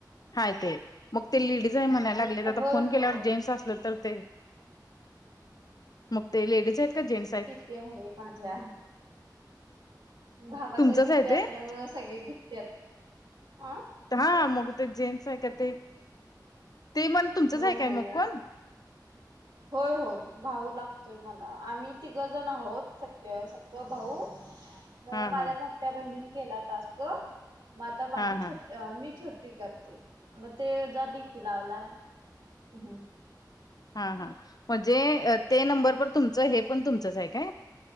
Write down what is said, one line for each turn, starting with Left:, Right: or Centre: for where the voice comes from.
Left: हाय ते. मग ते लेडीज हाय म्हणाय लागल्यात.
Right: होय
Left: आता फोन केल्यावर
Right: होय
Left: जेंट्स असल तर ते.. मग ते लेडीज हाइत का जेंट्स हायत
Right: ते आहे पाच वेळा भावाचा
Left: तुमचंच
Right: डीपी
Left: आहे
Right: असल्यामुळं
Left: ते
Right: सगळे भित्यात आं
Left: हां मग ते जेंट्स हाय का ते... ते मन तुमचंच
Right: हो
Left: हाय
Right: हो
Left: काय मग.. कोण
Right: होय होय भाऊू लागतोय मला. आम्ही तिघजण आहोत सख ते सख भाऊ.. मग
Left: हा
Right: माझ्या
Left: हा
Right: मोठ्या बहिणीनं केला टास्क म आता माझी
Left: हा हा
Right: छोट आ मी छोटी करते.. मग ते जा डीपी लावलाय.. हम्म
Left: हा हा म्हणजे अ ते नंबर पण तुमचं हे पण तुमचंच हाय काय